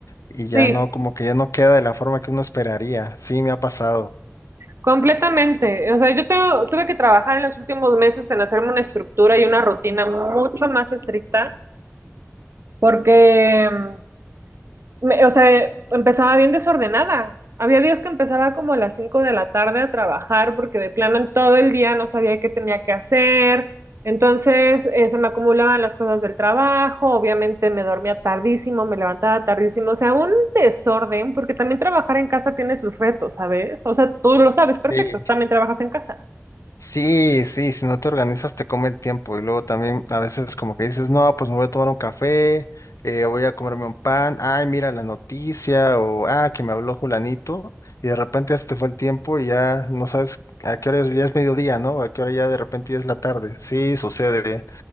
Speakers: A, on the left; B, on the right.
A: y ya
B: Sí,
A: no, como que ya no queda de la forma que uno esperaría. Sí, me ha pasado.
B: completamente. O sea, yo tengo- tuve que trabajar en los últimos meses en hacerme una estructura y una rutina mucho más estricta porque... mm, me- o sea, empezaba bien desordenada. Había días que empezaba como a las 5 de la tarde a trabajar porque de plano en todo el día no sabía qué tenía que hacer. Entonces, eh, se me acumulaban las cosas del trabajo, obviamente me dormía tardísimo, me levantaba tardísimo, o sea, un desorden, porque también trabajar en casa tiene sus retos, ¿sabes? O sea, tú lo sabes perfecto,
A: Sí.
B: también trabajas en casa.
A: Sí, sí, si no te organizas te come el tiempo y luego también a veces como que dices, no, pues me voy a tomar un café, eh, voy a comerme un pan, ay, mira la noticia o, ah, que me habló Julanito y de repente ya se te fue el tiempo y ya no sabes a qué hora es, ya es mediodía, ¿no? A qué hora ya de repente ya es la tarde. Sí, sucede,